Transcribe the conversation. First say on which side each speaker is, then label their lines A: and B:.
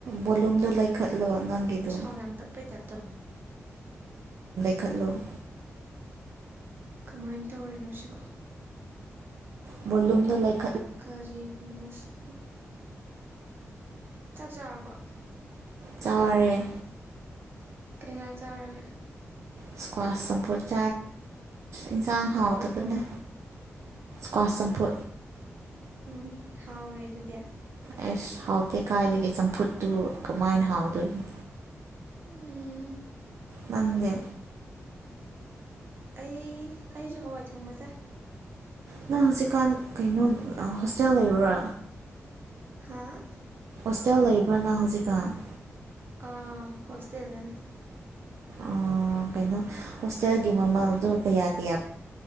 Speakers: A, on the right; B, on the right.
A: ꯕꯣꯂꯨꯝꯗꯣ ꯂꯩꯈꯠꯂꯣ ꯅꯪꯒꯤꯗꯣ
B: ꯁꯥꯎꯅꯝ ꯌꯥꯝ ꯇꯞꯄꯩ ꯇꯥꯏꯞ ꯇꯧ
A: ꯈꯠꯂꯣ <inaudible>
B: ꯀꯃꯥꯏ ꯇꯧꯔꯤꯅꯣ ꯁꯤꯕꯣ
A: ꯕꯣꯂꯨꯝꯗꯣ ꯂꯩꯛ
B: ꯀꯔꯤꯒꯤꯅꯣ ꯁꯤ ꯆꯥꯛ ꯆꯥꯔꯕ
A: ꯆꯔꯦ
B: ꯀꯩꯩ ꯏꯟꯖꯥꯡ ꯆꯥꯔꯒꯦ
A: ꯏꯁꯀ꯭ꯋꯥꯁ ꯆꯝꯐꯨꯠ ꯏꯟꯁꯥꯡ ꯍꯥꯎꯗꯕꯅꯦ
B: ꯍꯋꯥꯏ ꯊꯣꯡꯕ
A: ꯀꯋꯥꯁꯦꯝꯄꯨ
B: ꯎꯝ ꯍꯥꯎꯔꯦ ꯑꯗꯨꯗꯤꯌꯥ
A: ꯑꯩꯁ ꯍꯥꯎꯇꯦ ꯀꯥꯏꯗꯒꯤ ꯆꯝꯐꯨꯠꯇꯨ ꯀꯃꯥꯏꯅ ꯍꯥꯎꯗꯣꯏꯅꯣ
B: ꯎꯝ
A: ꯅꯪꯗꯤ
B: ꯑꯩ ꯑꯩꯁꯨ ꯍꯋꯥꯏ ꯊꯣꯡꯕ ꯆꯥꯏ
A: ꯅꯪ ꯍꯧꯖꯤꯛꯀꯥꯟ ꯀꯩꯅꯣ ꯍꯣꯁꯇꯦꯜ ꯂꯩꯕ꯭ꯔꯥ
B: ꯍꯥꯥ
A: ꯍꯣꯁꯇꯦꯜ ꯂꯩꯕ꯭ꯔꯅ ꯍꯧꯖꯤꯛꯀꯥꯟ
B: ꯑꯥ ꯍꯣꯁꯇꯦꯜꯗ ꯂꯩ
A: ꯑꯣ ꯀꯩꯅꯣ ꯍꯣꯁꯇꯦꯜꯒꯤ ꯃꯃꯜꯗꯣ ꯀꯌꯥ ꯀꯌꯥ